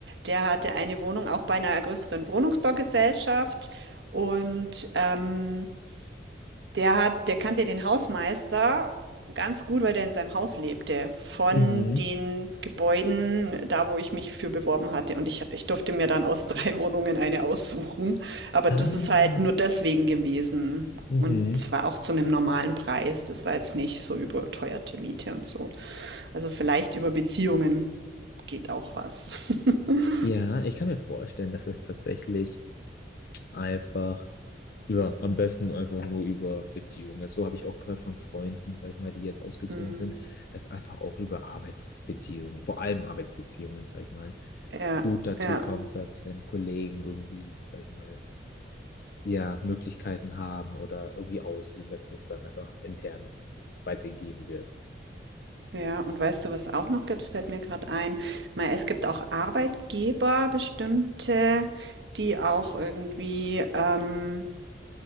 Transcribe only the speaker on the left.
Mhm.
Ah,
Mhm.
ja, ich kann mir vorstellen, dass es tatsächlich einfach. Ja, am besten einfach nur über Beziehungen. So habe ich auch gehört von Freunden, sag ich mal, die jetzt ausgezogen
sind, dass einfach auch über Arbeitsbeziehungen, vor allem Arbeitsbeziehungen, sag ich mal,
gut dazu
kommt, dass wenn Kollegen irgendwie, sag ich mal, ja, Möglichkeiten haben oder irgendwie ausziehen, dass es dann einfach intern weitergegeben wird.